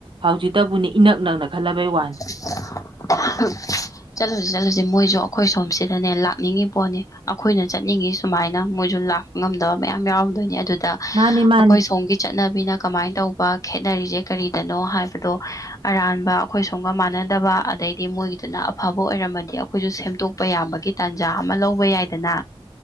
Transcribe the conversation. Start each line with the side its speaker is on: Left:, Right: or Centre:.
Right: ꯍꯧꯖꯤꯛꯇꯕꯨꯅꯤ ꯏꯅꯛ ꯅꯛꯅ ꯈꯜꯂꯕꯩ ꯋꯥꯅꯤ꯫
Left: <unintelligible> ꯆꯠꯂꯨꯁꯤ ꯆꯠꯂꯨꯁꯤ ꯃꯣꯏꯁꯨ ꯑꯩꯈꯣꯏ ꯁꯣꯝ ꯁꯤꯗꯅꯦ ꯂꯥꯛꯅꯤꯡꯉꯤ ꯄꯣꯠꯅꯤ ꯑꯩꯈꯣꯏꯅ ꯆꯠꯅꯤꯡꯉꯤ ꯁꯨꯃꯥꯏꯅ ꯃꯣꯏꯁꯨ ꯂꯥꯛ ꯉꯝꯗꯕ ꯃꯌꯥꯝ ꯌꯥꯎꯔꯝꯗꯣꯏꯅꯦ ꯑꯗꯨꯗ
Right: ꯃꯥꯅꯤ ꯃꯥꯅꯤ
Left: ꯑꯩꯈꯣꯏ ꯁꯣꯝꯒꯤ ꯆꯠꯅꯕꯤꯅ ꯀꯃꯥꯏꯅ ꯇꯧꯕ ꯈꯦꯠꯅꯔꯤꯁꯦ ꯀꯔꯤꯗꯅꯣ ꯍꯥꯏꯕꯗꯣ ꯑꯔꯥꯟꯕ ꯈꯣꯏ ꯁꯣꯝꯒ ꯃꯥꯟꯅꯗꯕ ꯑꯗꯩꯗꯤ ꯃꯣꯏꯒꯤꯗꯨꯅ ꯑꯐꯕ ꯑꯣꯏꯔꯝꯃꯗꯤ ꯑꯈꯣꯏꯁꯨ ꯁꯦꯝꯗꯣꯛꯄ ꯌꯥꯕꯒꯤ ꯇꯥꯟꯖꯥ ꯑꯃ ꯂꯧꯕ ꯌꯥꯏꯗꯅ